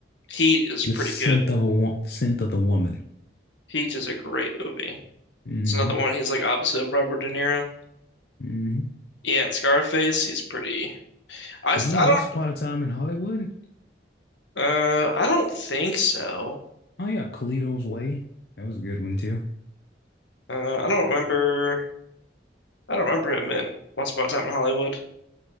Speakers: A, on the left; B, on the left.
A: Heat is pretty
B: The Scent
A: good.
B: of a Wo- The Scent of the Woman.
A: Heat is a great movie.
B: Mm-hmm.
A: It's another one. He's like opposite of Robert De Niro.
B: Mm-hmm.
A: Yeah, and Scarface, he's pretty. I, I
B: Was he in
A: don't
B: Once Upon a Time in Hollywood?
A: uh I don't think so.
B: Oh yeah, Carlito's Way. That was a good one too.
A: Uh, I don't remember. I don't remember him in Once Upon a Time in Hollywood.